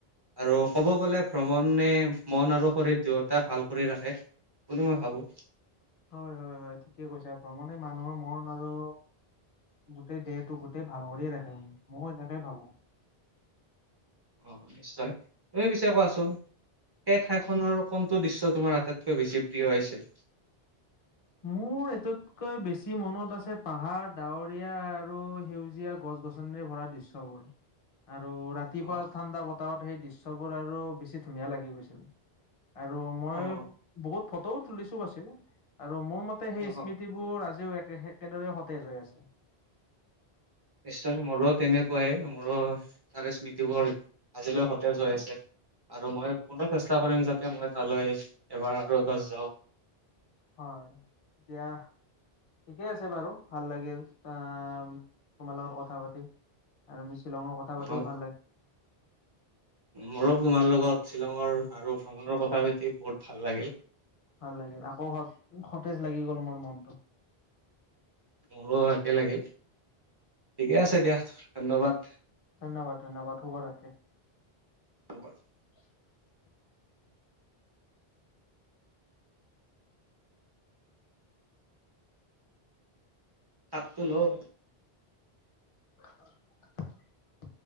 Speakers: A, on the right; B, on the left.
A: আৰু কব গ'লে ভ্ৰমণে মন আৰু শৰীৰ দুয়োটা ভাল কৰি ৰাখে। বুলি মই ভাবো।
B: হয় হয়। হয় ঠিকে কৈছা ভ্ৰমণে মানুহৰ মন আৰু গোটেই দেহটো গোটেই ভাল কৰিয়ে ৰাখে। মইও এনেকে ভাবো।
A: অ নিশ্চয় তুমি পিছে কোৱাচোন। সেই ঠাইখনৰ কোনটো দৃশ্য তোমাৰ আটাইতকৈ বেছি প্ৰিয় হৈছিল?
B: মোৰ এটতকৈ বেছি মনত আছে পাহাৰ, ডাৱৰীয়া আৰু সেউজীয়া গছ গছনিৰে ভৰা দৃশ্যবোৰ। আৰু ৰাতিপুৱা
A: অ',
B: ঠাণ্ডা বতাহত সেই দৃশ্যবোৰ আৰু বেছি ধুনীয়া লাগি গৈছিল। আৰু মই
A: অ',
B: বহুত ফটোও তুলিছো পাছে। আৰু মোৰ মতে সেই
A: অ'।
B: স্মৃতিবোৰ আজিও একেদৰে সতেজ হৈ আছে।
A: নিশ্চয় মোৰো তেনেকুৱাই মোৰো তাৰে স্মৃতিবোৰ আজিলৈ সতেজ হৈ আছে। আৰু মই পুনৰ চেষ্টা কৰিম যাতে মই তালৈ এবাৰ আৰু এবাৰ যাওঁ।
B: হয় এতিয়া ঠিকেই আছে বাৰু ভাল লাগিল আহ তোমাৰ লগত কথা পাতি আৰু মিচ শ্বিলঙত কথা পাতিও
A: অ
B: ভাল লাগিল।
A: মোৰো তোমাৰ লগত শ্বিলঙৰ আৰু ভ্ৰমণৰ কথা পাতি বহুত ভাল লাগিল।
B: ভাল লাগিল আকৌ সতেজ লাগি গল মোৰ মনটো।
A: মোৰো একে লাগিল ঠিকে আছে দিয়া ধন্যবাদ।
B: ধন্যবাদ ধন্যবাদ শুভৰাত্ৰি
A: <unintelligible>
B: <unintelligible>
A: থাকতুল
B: <unintelligible>